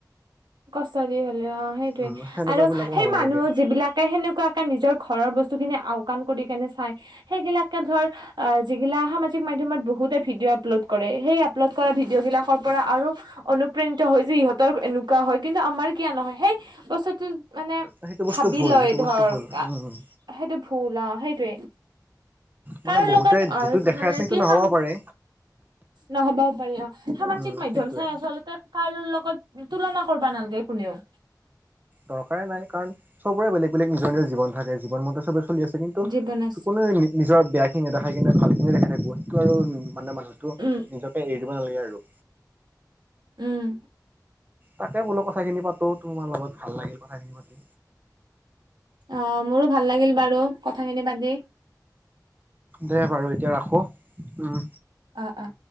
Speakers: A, on the right; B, on the right.
A: কষ্ট দি হলেও অ সেইটোয়ে
B: উম সেনেকুৱাবিলাকো
A: আৰু সেই
B: হ'ব নালাগে
A: মানুহ যিবিলাকে সেনেকুৱা নিজৰ ঘৰৰ বস্তু খিনি আওকাণ কৰি কেনে চাই সেইগিলাকে ধৰ আহ যিগিলা মাধ্যমত বহুতে ভিডিঅ' আপলোড কৰে সেই আপলোড কৰা ভিডিঅ' বিিলাকৰ পৰা আৰু অনুপ্ৰেণিত হয় যে ইহঁতৰ এনেকুৱা হয় কিন্তু আমাৰ কিয় নহয় সেই বছৰটো মানে
B: সেইটো বস্তু
A: ভাবি
B: ভুল
A: লয়
B: সেইটো
A: ধৰ
B: বস্তু ভুল উম
A: সেইটো ভুল অ সেইটোৱে
B: মানে
A: কাৰো
B: বহুতে
A: লগত আহ
B: যিটো দেখাই
A: মানে
B: আছে সেইটো
A: কি
B: নহ'বও
A: খাম
B: পাৰে
A: নহবও পাৰি অ সামাজিক
B: উম
A: মাধ্য়ম
B: সেইটোয়ে
A: চাই আচলতে কাৰো লগত তুলনা কৰিবা নালাগে কোনেও
B: দৰকাৰে নাই কাৰণ চবৰে বেলেগ বেলে নিৰ নিৰ জীৱন থাকে জীৱন মতে চবে চলি আছে কিন্তু
A: জীৱন আছ
B: কোোৱে নিজৰ বেয়াখিনিেদেখাই কিনে ভালখিনিে দেখা থাকিব সেইটো আৰু মানে মানুহ টো
A: উম
B: নিজকে এৰি দিব নালাগে আৰু
A: উম
B: তাকে বোলো কথাখিনি পাতো তোমাৰ লগত ভাল লাগিল কথাখিনি পাতি
A: অ মোৰো ভাল লাগিল বাৰু কথাখিনি পাতি
B: দে বাৰু এতিয়া ৰাখো উম
A: অঁ অঁ